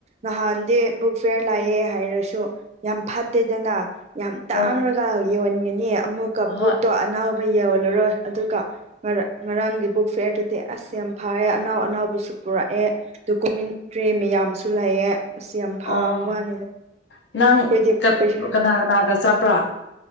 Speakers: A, on the right (about 35°); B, on the left (about 70°).
A: ꯅꯍꯥꯟꯗꯤ ꯕꯨꯛ ꯐꯤꯌꯥꯔ ꯂꯥꯛꯑꯦ ꯍꯥꯏꯔꯁꯨ ꯌꯥꯝ ꯐꯠꯇꯦꯗꯅ ꯌꯥꯝ ꯇꯥꯡꯂꯒ
B: ꯑꯣ
A: ꯌꯣꯟꯒꯅꯤ ꯑꯃꯨꯛꯀ
B: ꯍꯣꯏ
A: ꯕꯨꯛꯇꯣ ꯑꯅꯧꯕ ꯌꯣꯜꯂꯔꯣꯏ ꯑꯗꯨꯒ ꯉꯔꯥꯡ ꯉꯔꯥꯡꯒꯤ ꯕꯨꯛ ꯐꯤꯌꯔꯗꯨꯗꯤ ꯑꯁ ꯌꯥꯝ ꯐꯔꯦ ꯑꯅꯧ ꯑꯅꯧꯕꯁꯨ ꯄꯨꯔꯛꯑꯦ ꯗꯣꯀꯨꯃꯦꯟꯇ꯭ꯔꯤ ꯃꯌꯥꯝꯁꯨ ꯂꯩꯑꯦ ꯑꯁ ꯌꯥꯝ ꯐꯕ
B: ꯑꯣ
A: ꯋꯥꯅꯤꯗ ꯑꯩꯈꯣꯏꯗꯤ
B: ꯅꯪ ꯀꯅꯥ
A: ꯄꯩꯁꯥ
B: ꯀꯅꯥꯒ ꯆꯠꯄ꯭ꯔꯥ